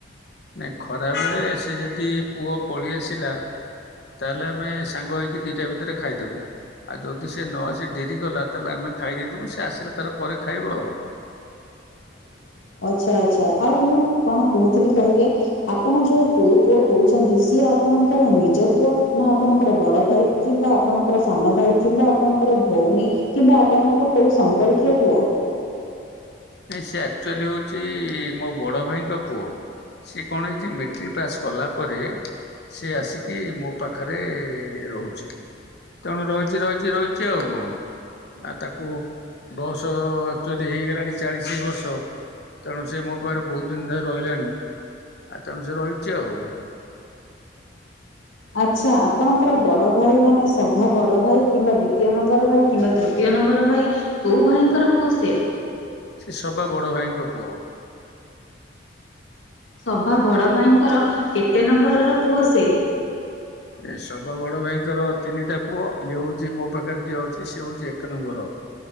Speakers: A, on the left (about 60°); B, on the left (about 90°).
A: ନାଇଁ ଖରା ବେଳେ ସେ ଯଦି ପୁଅ ପଳେଇ ଆସିଲା! ତାହେଲେ, ଆମେ ସାଙ୍ଗ ହେଇକି ଦିଟା ଭିତରେ ଖାଇଦେଉ। ଆଉ, ଯଦି ସେ ନ ଆସି ଡେରିକଲା। ତାହେଲେ, ଆମେ ଖାଇ ଦେଇଥିବୁ। ସେ ଆସିଲେ ତାର ପରେ ଖାଇବ ଆଉ।
B: <inaudible> ଆଚ୍ଛା, ଆଚ୍ଛା, ଆଉ ମୁଁ କଣ କହୁଥିଲି କହିଲେ? ଆପଣ ଯୋଉ ପୁଅ ପୁଅ ହଉଛନ୍ତି ସିଏ ସେ ଆପଣଙ୍କର ନିଜ ପୁଅ ନା ଆପଣଙ୍କର ବଡ ଭାଇ କିମ୍ବା ଆପଣଙ୍କର ସାନ ଭାଇ କିମ୍ବା ଆପଣଙ୍କର ଭଉଣୀ କିମ୍ବା ଆପଣଙ୍କର କୋଉ ସମ୍ପର୍କୀୟ ପୁଅ?
A: ନା, ସେ ଆକ୍ଚୁଆଲି ହଉଛି, ମୋ ବଡ ଭାଇଙ୍କ ପୁଅ। ସିଏ କଣ ହେଇଛି, ମେଟ୍ରିକ ପାସ୍ କଲା ପରେ। ସେ ଆସିକି ମୋ ପାଖରେ ରହୁଛି। ତେଣୁ ରହିଛି ରହିଛି ରହିଛି ଆଉ କଣ? ଆଉ ତାକୁ ବୟସ ଆକ୍ଚୁଆଲି ହେଇଗଲାଣି। ଚାଳିଶି ବର୍ଷ ତେଣୁ, ସେ ମୋ ପାଖରେ ବହୁତ ଦିନ ଧରି ରହିଲାଣି। ଆଉ, ତେଣୁ ସେ ରହିଛି ଆଉ।
B: ଆଚ୍ଛା, ଆପଣଙ୍କର ବଡ ଭାଇ ମାନେ ସଭା ବଡ ଭାଇ କିମ୍ବା ଦ୍ଵିତୀୟ ନମ୍ବର ଭାଇ କିମ୍ବା ତୃତୀୟ ନମ୍ବର ଭାଇ, କୋଉ ଭାଇଙ୍କର ପୁଅ ସେ?
A: ସେ ସବା ବଡ ଭାଇଙ୍କ ପୁଅ।
B: ସଭାବଡ ଭାଇଙ୍କର କେତେ ନମ୍ବରର ପୁଅ ସେ?
A: ଏ ସବା ବଡ। ଙ୍କର ତିନିଟା ପୁଅ। ଇଏ ହଉଛି, ମୋ ପାଖରେ ଯିଏ ଅଛି। ସିଏ ହଉଛି ଏକ ନମ୍ବର।